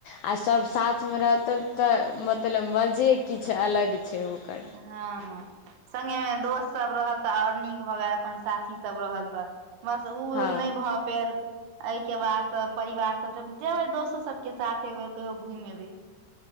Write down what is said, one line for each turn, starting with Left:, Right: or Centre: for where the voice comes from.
Left: आ सभ साथ मे रहतौ तऽ मतलब मजे किछ अलग छै ओकर
Right: हँ हं संगे मे दोस्त सभ रहल तऽ आओरर नीक भऽ गेल अपन साथी सब रहल तऽ बस उ
Left: हँ
Right: नय भऽ पैल एहि के बाद त परिवार सब जब जेबै दोस्तो सबके साथ एक बेर कहियो घूइम एबै